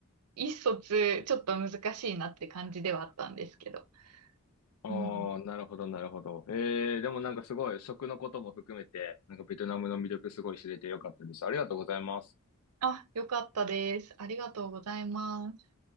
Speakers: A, on the right; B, on the left.
A: 意思疎通ちょっと難しいなって感じではあったんですけど。
B: あ
A: うん。
B: ー、なるほど、なるほど。えー、でもなんかすごい食のことも含めて、なんかベトナムの魅力すごい知れてよかったです。ありがとうございます。
A: あ、よかったです。ありがとうございます。